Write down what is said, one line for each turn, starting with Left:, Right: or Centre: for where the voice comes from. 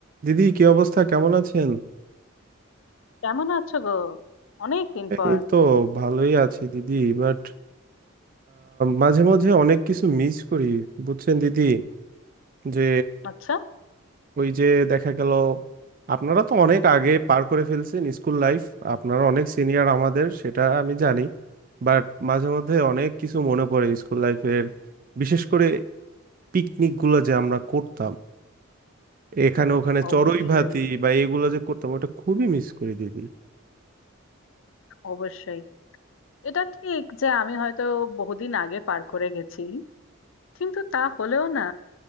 Right: দিদি কি অবস্থা কেমন আছেন
Left: কেমন আছো গো অনেক দিন পর
Right: এই তো ভালোই আছি দিদি বাট মাঝে মাঝে অনেক কিছু মিস করি বুঝছেন দিদি যে
Left: আচ্ছা
Right: ওই যে দেখা গেল আপনারা তো অনেক আগে পার করে ফেলছেন স্কুল লাইফ আপনারা অনেক সিনিয়র আমাদের সেটা আমি জানি বাট মাঝে মধ্যে অনেক কিছু মনে পড়ে স্কুল লাইফের বিশেষ করে পিকনিক গুলো যে আমরা করতাম এখানে ওখানে
Left: অবশ্যই
Right: চড়ুই ভাতি বা এগুলো যে করতাম ওটা খুবই মিস করি দিদি
Left: অবশ্যই এটা ঠিক যে আমি হয়তো বহুদিন আগে পার করে গেছি কিন্তু তা হলেও না